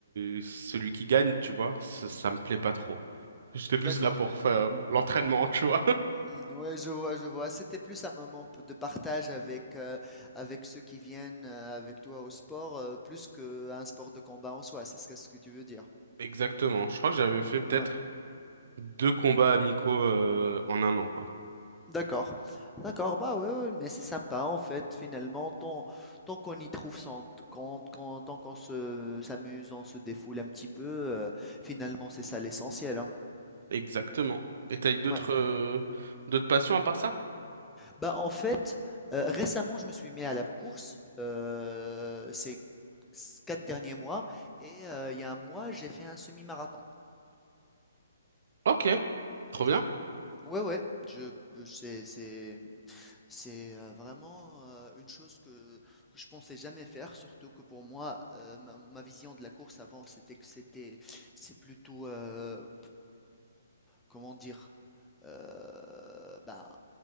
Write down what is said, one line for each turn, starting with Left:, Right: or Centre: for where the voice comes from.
Right: euh, celui qui gagne, tu vois, ça, ça me plaît pas trop. J'étais plus
Centre: D'accord.
Right: là pour faire l'entraînement, tu vois.
Centre: Mhm, Ouais, je vois, je vois. C'était plus un moment p- de partage avec, euh, avec ceux qui viennent euh, avec toi au sport, euh, plus qu'un sport de combat en soi, c'est ce que ce que tu veux dire.
Right: <laughs> Exactement. Je crois que j'avais fait peut-être
Centre: Ouais.
Right: deux combats amicaux euh, en un an, quoi.
Centre: D'accord, d'accord, bah ouais, ouais, mais c'est sympa en fait, finalement, tant, tant qu'on y trouve son compte, quand, tant qu'on se s'amuse, on se défoule un petit peu, euh, finalement c'est ça l'essentiel, hein.
Right: Exactement. Et t'as eu d'autres
Centre: Ouais.
Right: euh, d'autres passions à part ça?
Centre: Bah, en fait, heu, récemment, je me suis mis à la course, heu, ces 4 derniers mois et heu, il y a un mois, j'ai fait un semi-marathon.
Right: Ok, trop bien.
Centre: Ouais, ouais, ouais, je c'est c'est c'est, heu, vraiment, heu, une chose que que je pensais jamais faire, surtout que pour moi, heu, ma ma vision de la course avant, c'était que c'était c'est plutôt, heu comment dire, euh, ben,